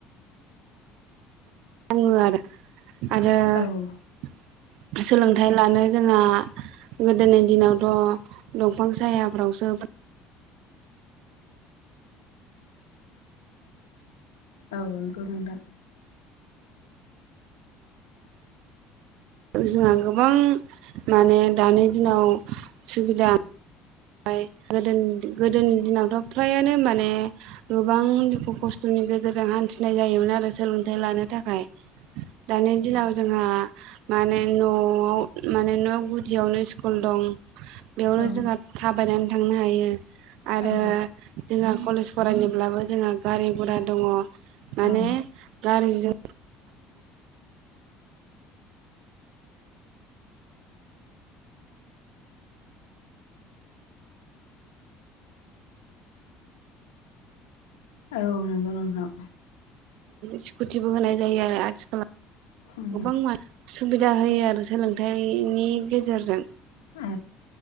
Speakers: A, on the right; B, on the left.
A: बुङो आरो आरो
B: औ औ
A: सोलोंथाइ लानो जोंहा गोदोनि दिनावथ' दंफां सायाफ्रावसो
B: औ नंगौ नोंथां।
A: जोंहा गोबां माने दानि दिनाव सुबिदा फाय गोदोनि गोदोनि दिनावथ' फ्रायानो माने गोबां दुखु खस्थ'नि गेजेरजों हान्थिनाय जायोमोन आरो सोलोंथाइ लानो थाखाय। दानि दिनाव जोंहा माने न'आव माने न' गुदियावनो स्कुल दं। बेयावनो
B: औ
A: जोंहा थाबायनानै थांनो हायो आरो
B: औ
A: जोंहा कलेज फरायनोब्लाबो जोंहा गारि गुरा दङ' माने
B: औ
A: गारिजों
B: औ नंगौ नोंथां।
A: स्कुटिबो होनाय जायो आरो आथिखालाव।
B: उम
A: गोबां सुबिदा होयो आरो सोलोंथाइनि गेजेरजों।
B: औ